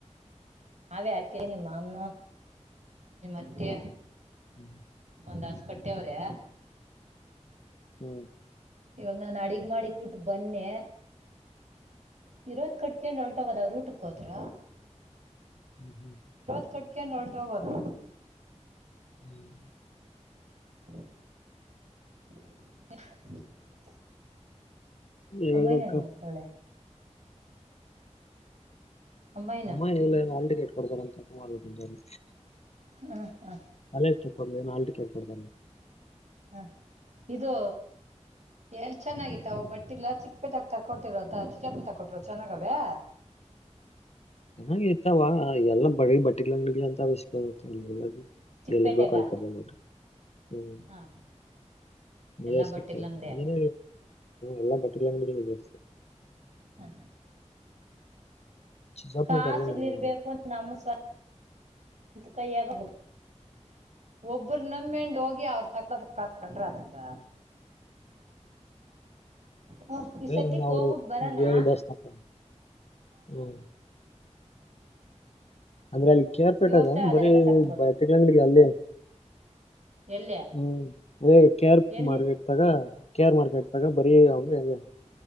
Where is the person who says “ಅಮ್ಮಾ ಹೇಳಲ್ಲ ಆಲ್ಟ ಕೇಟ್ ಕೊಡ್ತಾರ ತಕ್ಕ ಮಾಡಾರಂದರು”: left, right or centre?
Left